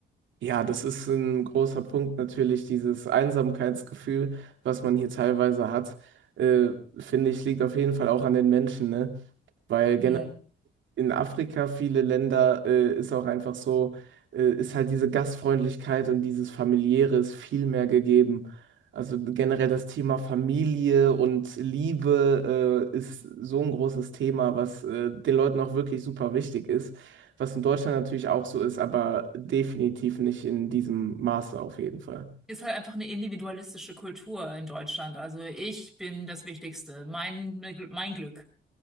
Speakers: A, on the right (about 70°); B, in the centre.
A: Ja, das ist ein großer Punkt natürlich, dieses Einsamkeitsgefühl, was man hier teilweise hat, äh, finde ich, liegt auf jeden Fall auch an den Menschen, ne? Weil
B: Hm.
A: in Afrika viele Länder äh, ist auch einfach so, äh, ist halt diese Gastfreundlichkeit und dieses Familiäre ist viel mehr gegeben. Also generell das Thema Familie und Liebe äh, ist so ein großes Thema, was äh, den Leuten auch wirklich super wichtig ist, was in Deutschland natürlich auch so ist, aber definitiv nicht in diesem Maße auf jeden Fall.
B: Ist halt einfach eine individualistische Kultur in Deutschland. Also ich bin das Wichtigste, mein, mein Glück.